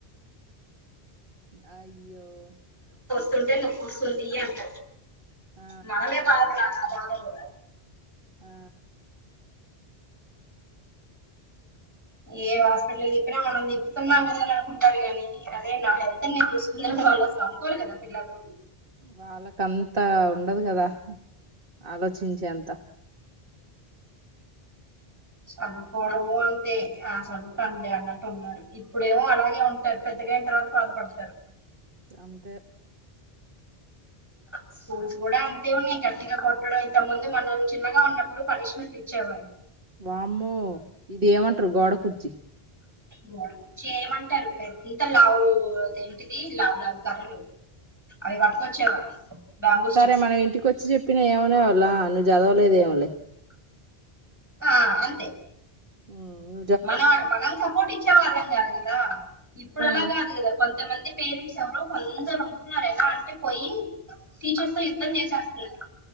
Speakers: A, on the right (about 60°); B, on the right (about 15°).
A: ఇో
B: ఇంతుంటే నొప్పి వస్తుంది అంట
A: ఆ
B: మనమే బాధపడాల బాధ పడ
A: ఆ
B: ఏ హాస్పిటల్ తిప్పినా మనం తిప్పుతున్నాం కదని అనుకుంటారుగానీ అదే నా హెల్త్ని నేను చూస్కునే వాళ్ళు అసలు అనుకోరు కదా పిల్లలు
A: వాళ్ళకి అంతా ఉండదు కదా ఆలోచించే అంత
B: చదువుకోడము తే ఆ చదువుతాం లే అన్నట్టు ఉన్నారు ఇప్పుడేమో అలాగే ఉంటారు పెద్దగా అయిన తరువాత వరకు బాధపడతారు
A: అంతే
B: స్కూల్స్ కూడా అంతే ఉన్నాయి గట్టిగా కొట్టడం ఇంత ముందు మనం చిన్నగా ఉన్నప్పుడు పనిష్మెంట్ ఇచ్చేవా
A: వామ్మో ఇది ఏమంటారు గోడ కుర్చీ
B: గోడ కుర్చీ ఏయమంటారు పెంత లావో ఏంటిది లవ్ లవ్ కర్రలు అవి పట్టుకొచ్చేవాళ్ళు బ్యాంబూ
A: సరే
B: స్టిక్స్
A: మనం ఇంటికి వచ్చి చెప్పిన ఏమనా వా లా నువ్వు జాదవలేదు ఏమో లే
B: ఆ అంతే
A: హ్మ్
B: మనం మనం సపోర్ట్ ఇచ్చే వాళ్ళం కాదు కదా ఇప్పుడు అలా
A: ఆ
B: కాదు కదా కొంతమంది పేరెంట్స్ ఎవరో కొందరు ఉంటున్నారు ఎలా అంటే పోయి టీచర్స్ తో యుద్ధం చేసేస్తున్నారు